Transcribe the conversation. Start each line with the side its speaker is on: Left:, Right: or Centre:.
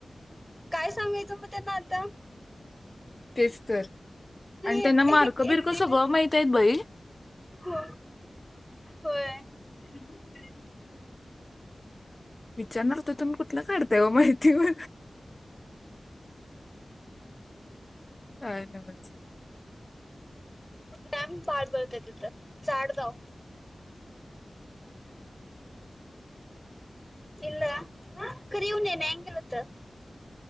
Centre: काय सांगायच त ना आता
Left: तेसत आणि
Centre: एक
Left: त्यांना मार्क
Centre: एक
Left: बिरकं
Centre: एकटीने
Left: सगळं माहित आहेत बईल
Centre: हो होय
Left: <unintelligible> विचारणारत तुम्ही कुठला काढताय व माहिती ब काय नमद
Centre: टाम पार बरत आहे तिथं जाार धाव इला करीव नेन हंगलत